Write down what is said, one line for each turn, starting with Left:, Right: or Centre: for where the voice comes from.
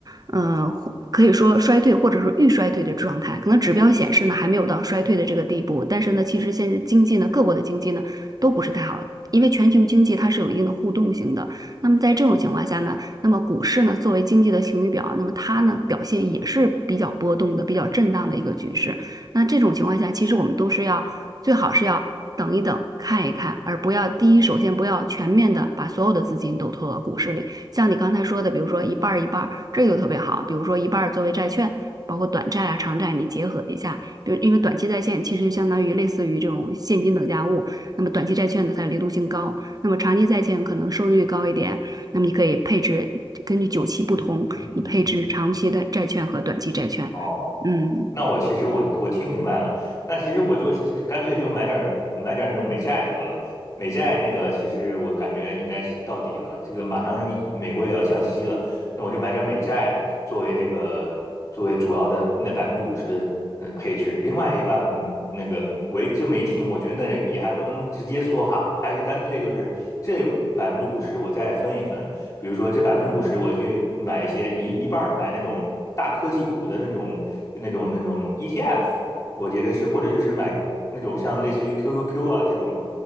Right: 呃，或可以说衰退或者是预衰退的状态。可能指标显示呢，还没有到衰退的这个地步，但是呢，其实现在经济呢，各国的经济呢都不是太好，因为全球经济它是有一定的互动性的。那么在这种情况下呢？那么股市呢，作为经济的晴雨表，那么它呢表现也是比较波动的、比较震荡的一个局势。那这种情况下，其实我们都是要最好是要等一等、看一看，而不要第一首先不要全面的把所有的资金都投到股市里。像你刚才说的，比如说一半儿一半儿，这个就特别好。比如说一半儿作为债券，包括短债啊、长债，你结合一下。比如因为短期在线其实就相当于类似于这种现金等价物，那么短期债券呢它的流动性高，那么长期债券可能收益率高一点。那么你可以配置，根据久期不同，
Left: 嗯，嗯嗯，
Right: 你配置长期的债券和短期债券。
Left: 哦。
Right: 嗯
Left: 那我其实我我听明白了，那其实我就干脆就买点儿买点儿那种美债得了。美债那个其实我感觉应该是到底了，这个马上美国也要降息了，那我就买点美债作为那个作为主要的那百分之五十的嗯配置，另外一半那个我一这么一听，我觉得那也还不能直接说哈，还是干脆就是这五百分之五十我再分一分，比如说这百分之五十我去买一些一一半儿买那种大科技股的那种那种那种 ETF。我觉得是，或者就是买那种像类似于 QQQ 啊这种